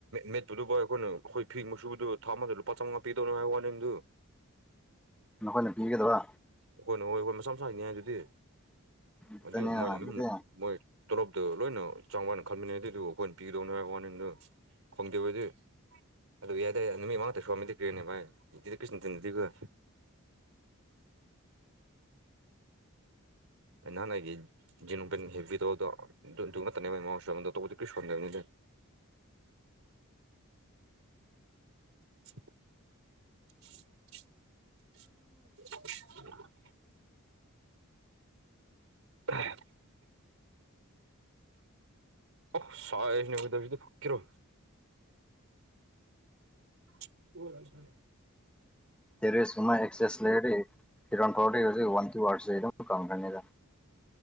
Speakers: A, on the right; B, in the centre.
A: ꯃꯦꯠꯠꯇꯨꯗꯨꯕꯨ ꯑꯩꯈꯣꯏꯅ ꯑꯩꯈꯣꯏ ꯐꯤ ꯃꯨꯁꯨꯕꯗꯨ ꯊꯥꯃꯗ ꯂꯄꯥ ꯆꯝꯃꯉꯥ ꯄꯤꯗꯧꯅ ꯍꯥꯏꯕ ꯋꯥꯔꯦꯟꯗꯨ
B: ꯅꯈꯣꯏꯅ ꯄꯤꯒꯗꯕ
A: ꯑꯩꯈꯣꯏ ꯅ ꯍꯣꯏ ꯑꯩꯈꯣꯏ ꯃꯁꯥ ꯃꯁꯥꯅꯤ ꯑꯗꯨꯗꯤ
B: ꯑꯗꯨꯅꯤꯅ
A: ꯑꯗꯨꯗꯤ ꯃꯣꯏꯅ ꯑꯗꯨꯝ
B: ꯑꯗꯨꯗꯤ
A: ꯃꯣꯏ ꯇꯣꯂꯣꯞꯇꯣ ꯂꯣꯏꯅ ꯆꯥꯡ ꯋꯥꯅ ꯈꯟꯕꯅꯦ ꯑꯗꯨꯏꯗꯨꯕꯨ ꯑꯩꯈꯣꯏꯅ ꯄꯤꯒꯗꯧꯅꯦ ꯍꯥꯏ ꯋꯥꯅꯦꯗ ꯈꯪꯗꯦꯕꯗꯤ ꯑꯗꯨ ꯌꯥꯏꯗꯦ ꯅꯨꯃꯤꯠ ꯃꯉꯥꯗ ꯁꯣꯝꯗꯤ ꯀ꯭ꯔꯤꯦꯅꯦ ꯃꯥꯏꯗꯤ ꯀ꯭ꯁꯅ ꯇꯤꯟꯗꯨꯗꯤꯒ ꯅꯍꯥꯟ ꯑꯩꯒꯤ ꯖꯤꯟ ꯄꯦꯟ ꯍꯦꯕꯤ ꯇꯧꯕꯗꯣ ꯑꯗꯨ ꯑꯗꯨ ꯅꯠꯇꯅꯦ ꯃꯃꯁꯨ ꯑꯃꯗ ꯇꯧꯕ ꯀꯔꯤ ꯁꯣꯟꯗꯦꯕꯅꯤꯗ <unintelligible> ꯇꯥꯏ ꯑꯣ ꯁꯥꯏꯁꯅ ꯎꯗꯕꯤꯗ‌ ꯐꯛꯀꯦꯔꯣ <unintelligible>
B: ꯇꯦꯔꯦꯁꯀꯨꯝꯕ ꯑꯦꯛꯆꯦꯁ ꯂꯩꯔꯗꯤ ꯐꯤꯔꯣꯟ ꯐꯧꯔꯗꯤ ꯍꯧꯖꯤꯛ ꯋꯥꯟ ꯇꯨ ꯑꯋꯥꯔꯁꯇꯗꯤ ꯑꯗꯨꯝ ꯀꯪꯈ꯭ꯔꯅꯤꯗ